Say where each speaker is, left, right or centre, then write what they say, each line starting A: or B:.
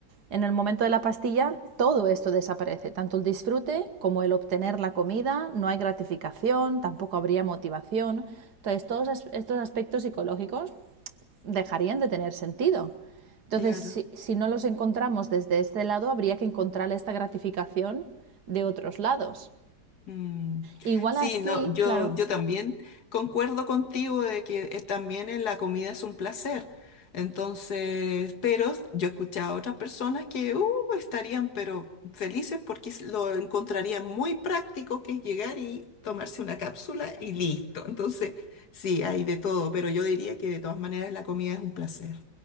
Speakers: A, on the right; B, on the left.
A: En el momento de la pastilla, todo esto desaparece, tanto el disfrute como el obtener la comida, no hay gratificación, tampoco habría motivación. Entonces, todos estos aspectos psicológicos dejarían de tener sentido. Entonces,
B: Claro.
A: si, si no los encontramos desde este lado, habría que encontrar esta gratificación de otros lados.
B: Mm,
A: Igual
B: Sí,
A: así,
B: no, yo,
A: claro,
B: yo también concuerdo contigo de que eh, también en la comida es un placer. Entonces, pero yo he escuchado a otras personas que uh, estarían pero felices porque s- lo encontrarían muy práctico que es llegar y tomarse una cápsula y listo. Entonces, sí, hay de todo, pero yo diría que de todas maneras la comida es un placer.